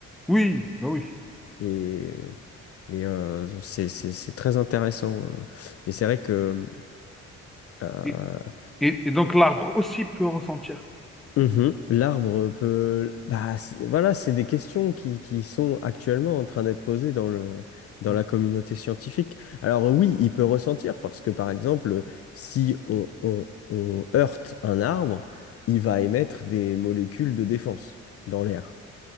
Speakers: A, in the centre; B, on the left.
A: Oui, bah oui.
B: Et Et euh, c'est c'est- c'est très intéressant. euh. Mais c'est vrai que euh,
A: Et, et- et donc l'arbre aussi peut ressentir.
B: mhm, l'arbre peut... Bah, c'est- voilà, c'est des questions qui, qui sont actuellement en train d'être posées dans le, dans
A: Ouais.
B: la communauté scientifique. Alors oui, il peut ressentir parce que, par exemple, si on, on, on heurte un arbre, il va émettre des molécules de défense dans l'air.